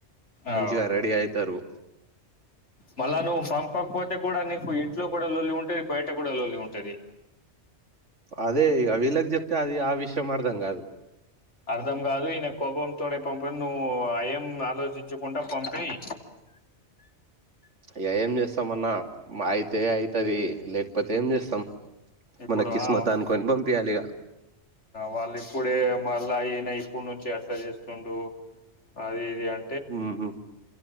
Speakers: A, on the left; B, on the right.
A: అవ్
B: మంచిగా రెడీ అయితారు.
A: మళ్ళా నువ్వు పంపకపోతే కూడా నీకు ఏం. ఇంట్లో కూడా లోల్లి ఉంటది. బయట కూడా లొల్లి ఉంటది.
B: అదే ఇగ వీళ్ళకి చెప్తే అది ఆ విషయం అర్ధం కాదు.
A: అర్ధం కాదు ఈమె కోపం తోనే పంపింది నువ్వు ఆహ్ ఏం ఆలోచించకుండా పంపేయ్.
B: అయ్య ఏం చేస్తాం అన్నా అయితే అయితది లేకపోతే ఏం చేస్తాం.
A: ఇప్పుడు
B: మన కిస్మత్
A: ఆహ్
B: అనుకొని పంపియాలి ఇగ
A: వాళ్ళు ఇప్పుడే. మళ్ళా అయనా ఇప్పుడు నుంచే అట్లా చేస్తుండు అది ఇది అని.
B: ఉహూ.